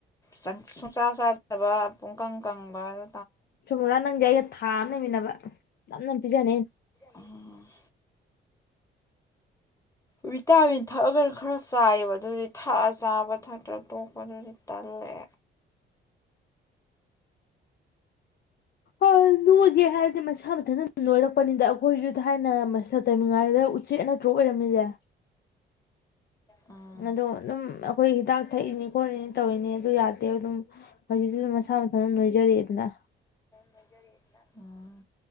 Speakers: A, on the left (about 15°); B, on the left (about 55°).
A: ꯆꯪ ꯁꯨꯡꯆꯥ ꯆꯥꯗꯕ ꯄꯨꯡꯀꯪ ꯀꯪꯕꯗꯣ
B: ꯆꯨꯃꯨꯔ ꯅꯪꯖꯦ ꯑꯩꯒ ꯊꯥ ꯑꯝ ꯂꯩꯃꯤꯟꯅꯕ ꯅꯝ ꯅꯝ ꯄꯤꯖꯅꯦ ꯑꯩꯅ
A: ꯎꯝ ꯚꯤꯇꯥꯃꯤꯟ ꯊꯛꯑꯒꯅ ꯈꯔ ꯆꯥꯏꯕ ꯑꯗꯨꯒꯤ ꯊꯛꯑ ꯆꯥꯕ ꯊꯛꯇ꯭ꯔ ꯇꯣꯛꯄꯗꯨꯗꯤ ꯇꯜꯂꯦ
B: ꯑꯥ ꯅꯣꯏ ꯒꯦ ꯍꯥꯏꯔꯗꯤ ꯃꯁꯥ ꯃꯊꯟꯅ ꯅꯣꯏꯔꯛꯄꯅꯤꯗ ꯑꯈꯣꯏꯁꯨ ꯊꯥꯏ ꯅ ꯃꯥꯁꯇꯔ ꯇꯝꯃꯤꯉꯥꯏꯗ ꯎ ꯆ‌ꯦꯛ ꯅꯠꯇ꯭ꯔꯣ ꯑꯣꯏꯔꯝꯃꯤꯖꯦ
A: ꯎꯝ
B: ꯑꯗꯣ ꯑꯗꯨꯝ ꯑꯈꯣꯏ ꯍꯤꯗꯥꯛ ꯊꯛꯏꯅꯤ ꯈꯣꯠꯂꯤꯅꯤ ꯇꯧꯔꯤꯅꯦ ꯑꯗꯨ ꯌꯥꯗꯦ ꯑꯗꯨꯝ ꯍꯧꯖꯤꯛꯇꯤ ꯑꯗꯨꯝ ꯃꯁꯥ ꯃꯊꯟ ꯅꯣꯏꯖꯔꯛꯑꯦ ꯗꯅ
A: ꯅꯣꯏꯖꯔꯦꯑꯦꯗꯅ ꯎꯝ